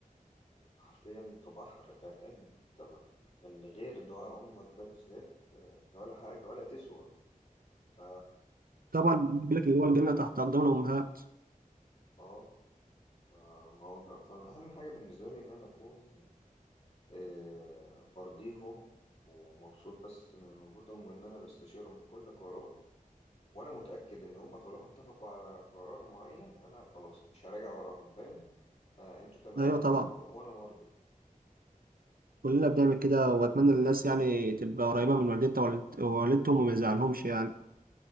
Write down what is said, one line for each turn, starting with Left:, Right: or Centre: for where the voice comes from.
Left: انت حرفيا في بحر غرقان انت ما من غير دعاء امك ده بالذات آه، انت ولا حاجة ولا تسوى ف
Right: طبعا بيقول لك اللي هو الجنه تحت اقدام الامهات
Left: اه ف- موضوع فأهم حاجة بالنسبة لي إن أنا أكون آه، برضيهم ومبسوط بس من وجودهم وإن أنا بستشيرهم في كل قرار وأنا متأكد إن هم طالما اتفقوا على قرار معين أنا خلاص مش هراجع وراهم فاهم آه، أنتوا تمام
Right: ايوه طبعا
Left: و... وأنا مرضي
Right: كلنا بنعمل كده وأتمنى للناس يعني تبقى قريبة من والدتها ووالدتهم وما يزعلهمش يعني